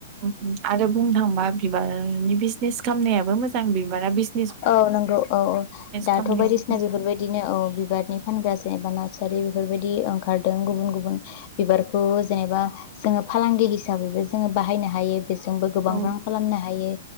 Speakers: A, on the right (about 35°); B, on the left (about 45°).
A: उम उम आरो बुंनो थांबा बिबारनि बिजनेस खामनायाबो मोजां बिबारा बिज
B: औ नंगौ औ औ दाथ'
A: खालामनायावबो
B: बायदिसिना
A: मोजां
B: बेफोरबायदिनो औ बिबारनि फानग्रा एबा नार्सारि बेफोरबायदि ओंखारदों गुबुन गुबुन बिबारखौ जेनेबा जोङो फालांगि हिसाबैबो जोङो बाहायनो हायो। बेजोंबो गोबां
A: औ
B: रां खालामनो हायो